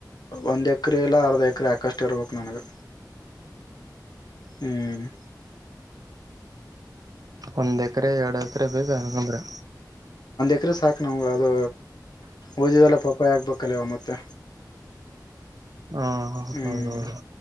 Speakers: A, on the left (about 70°); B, on the right (about 60°).
A: ಒಂದು ಎಕರೆ ಇಲ್ಲ ಅರ್ಧ ಎಕರೆ ಆಾಕಷ್ಟು ಇರ್ಬೇಕು ನನಗೆ ಹ್ಮ್
B: ಒಂದ ಹತ್ರೆ ಎರಡು ಹಸರ ಬೇಗ ಅಕಂದ್ರೆ
A: ಇ್ರ ಸಾಕು ನಮ್ಗೆ ಅದು ಓದಿದಲ್ಲ ಪಪ್ಪಾಯ ಆಾಕ್ಬೇಕಲ್ಲವ ಮತ್ತೆ
B: ಹ ಹೌದೌದೌದು
A: ಹ್ಮ್